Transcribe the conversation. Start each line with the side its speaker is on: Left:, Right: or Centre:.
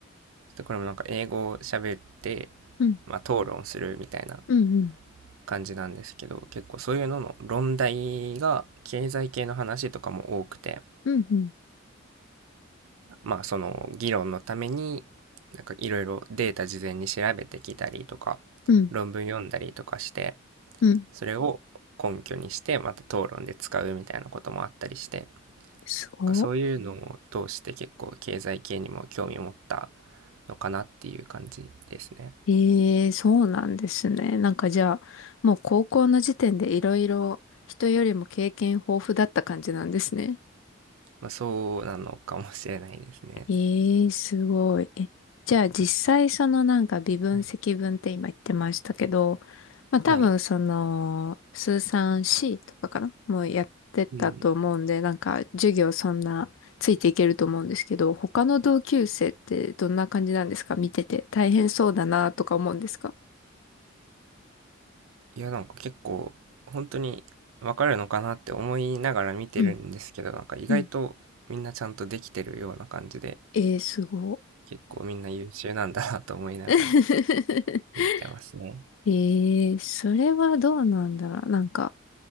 Right: で、これもなんか英語を喋って、
Left: うん、
Right: まあ、討論するみたいな
Left: うん、うん、
Right: 感じなんですけど、結構そういうのの論題が経済系の話とかも多くて、
Left: うん、うん、
Right: まあその議論のためになんかいろいろデータ事前に調べてきたりとか
Left: うん、
Right: 論文読んだりとかして
Left: うん。
Right: それを根拠にしてまた討論で使うみたいなこともあったりしてなん
Left: すごっ
Right: かそういうのを通して結構経済系にも興味を持ったのかなっていう感じですね。
Left: ええ、そうなんですね。なんかじゃあ、もう高校の時点でいろいろ人よりも経験豊富だった感じなんですね。
Right: まあそうなのかもしれないですね。
Left: ええ、すごい。え、じゃあ実際そのなんか微分積分って今言ってましたけど、
Right: はい。
Left: まあ多分その、
Right: はい。
Left: 数産 C とかかなもうやってたと思うんで、
Right: うん。
Left: なんか授業そんなついていけると思うんですけど、他の同級生ってどんな感じなんですか見てて大変そうだなとか思うんですか
Right: いや、なんか結構、本当にわかるのかなって思いながら見てるんですけど、
Left: うん
Right: なんか意外とみんなちゃんとできてるような感じで、
Left: うんえー、すご。
Right: 結構みんな優秀なんだなと思いながら
Left: <laughs>
Right: 見てますね。
Left: えー、それはどうなんだろう。なんか、